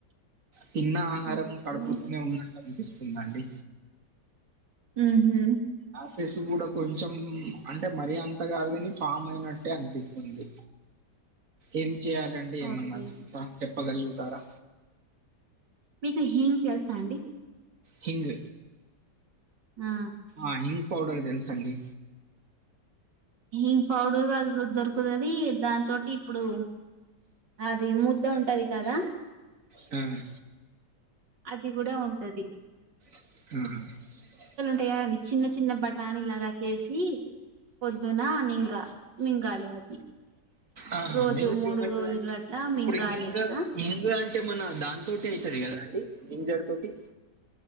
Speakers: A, on the right (about 50°); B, on the right (about 85°).
A: తిన్న ఆహారం
B: ఓకే
A: కడుపులోనే ఉన్నట్టు అనిపిస్తుందండి
B: మ్ హు
A: ఫెసు కూడా కొంచెం అంటే మరి అంత కాదు గాని ఫామ్ అయినట్టే అనిపిత్తుంది ఏం చేయాలండి ఏమన్నా
B: ఓకే
A: చెప్పగలుగుతారా
B: మీకు హింగ్ తెలుసా అండి
A: హింగ్
B: ఆ
A: ఆ ఇ పౌడర్ తెలుసండి
B: హింగ్ పౌడర్ దొరుకుతది దాని తోటి ఇప్పుడు అది మూ ద్ద ఉంటది కదా
A: హ్మ్
B: అది కూడా ఉంటది
A: మ్
B: టయని చిన్న చిన్న బఠాని లాగా చేసి పొద్దున నింగా మింగాలే అది
A: ఆహా
B: రోజు
A: మింగితే
B: మూడు
A: ఏమైతదండి
B: రోజులు అట్లా మింగాలి
A: ఇప్పుడు హింగ
B: ఆ
A: హింగు అంటే మన దానితోటే అయితది కదా అం డి జింజర్ తోటి